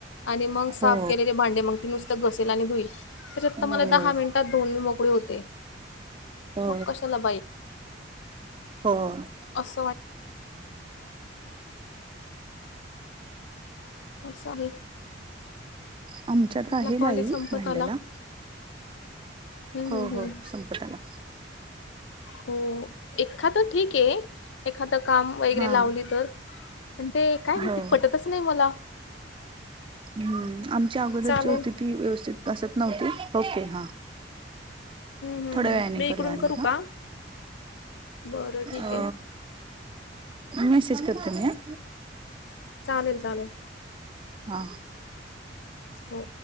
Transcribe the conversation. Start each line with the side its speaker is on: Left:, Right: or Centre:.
Left: आणि मग साफ
Right: हो
Left: केलेले भांडे मग त नु घसेल आणि हुईल त्याच्यात मला
Right: होय
Left: दहा मिनिटात दोन मोकळी होते.
Right: हो
Left: मग कशाला बाई
Right: हो.
Left: असं वाटतं. स आहे.
Right: आमच्यात
Left: आपला
Right: आहे बाई
Left: कॉलेज संपत
Right: भांड्याला
Left: आला हम्म
Right: हो
Left: हम्म
Right: हो
Left: हम्म
Right: संपताला.
Left: हो एखाद ठीक आहे. एखादं काम वगैरे
Right: हा
Left: लावली तर पण ते काय माहिती
Right: हो
Left: पटतच नाही मला.
Right: हम्म आमच्या अगोदर
Left: चालेल
Right: जी होती ती व्यवस्थित असत नव्हती ओके हा.
Left: हम्म हम्म
Right: थोड्या
Left: हम्
Right: वेळाने
Left: मी
Right: करूया
Left: इकडून
Right: आणि
Left: करू
Right: हा
Left: का? बरं ठीक
Right: अ
Left: आहे
Right: मेसेज करते मी हा.
Left: चालेल चालेल
Right: हा.
Left: हो.